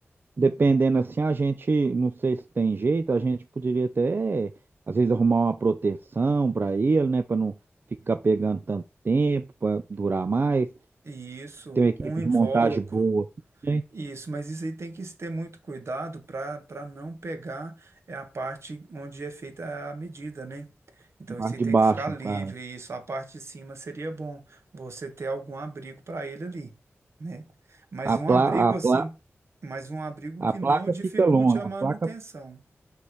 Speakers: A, on the right (about 50°); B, on the right (about 70°).
A: dependendo assim, a gente, não sei se tem jeito, a gente poderia até, às vezes, arrumar uma proteção para ele, né, para não ficar pegando tanto tempo, para durar mais.
B: isso,
A: Tem uma equipe
B: um invólucro.
A: de montagem boa, né?
B: Isso, mas isso aí tem que se ter muito cuidado para para não pegar é a parte onde é feita a medida, né? Então
A: Parte
B: isso aí tem
A: de baixo,
B: que ficar livre,
A: no caso.
B: isso, a parte de cima seria bom você ter algum abrigo para ele ali, né? Mas
A: A
B: um
A: pla,
B: abrigo
A: a
B: assim,
A: pla,
B: mas um abrigo
A: a
B: que
A: placa
B: não dificulte
A: fica longa,
B: a manutenção,
A: a placa